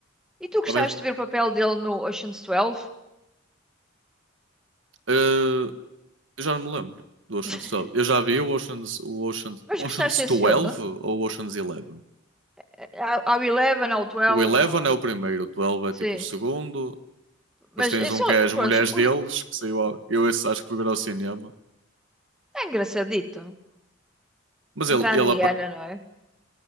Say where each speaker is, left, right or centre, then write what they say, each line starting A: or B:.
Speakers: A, in the centre; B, on the right.
A: E tu gostaste
B: Também,
A: de ver o papel dele no Ocean's 12?
B: eh, Eu já não me lembro do Ocean's
A: <laughs>
B: 12. Eu já vi o Ocean's, o Ocean's,
A: Mas
B: Ocean's
A: gostaste desse
B: 12
A: filme?
B: ou Ocean's 11.
A: Ao ao 11, ao 12?
B: O 11
A: ao-
B: é o primeiro, o 12 é
A: Sim.
B: tipo o segundo. Depois
A: Mas
B: tens
A: eu
B: um
A: sou,
B: que é as
A: pronto,
B: mulheres
A: o-
B: deles, que saiu. ao- Eu esse acho que fui ver ao cinema.
A: é engraçadito.
B: Mas ele,
A: Entra
B: ele
A: a Rihanna,
B: apa-
A: não é?